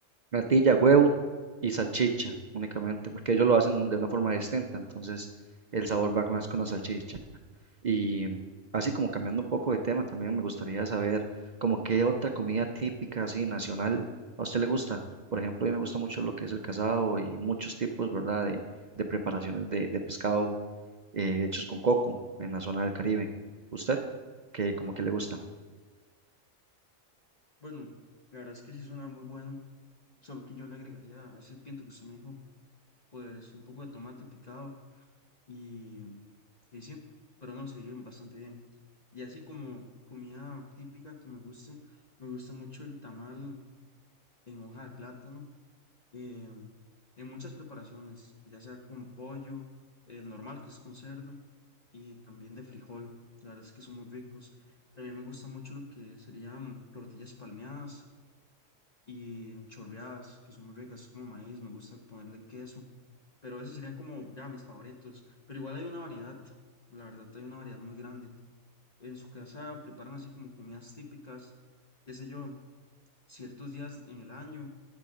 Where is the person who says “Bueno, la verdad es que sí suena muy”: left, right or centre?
Left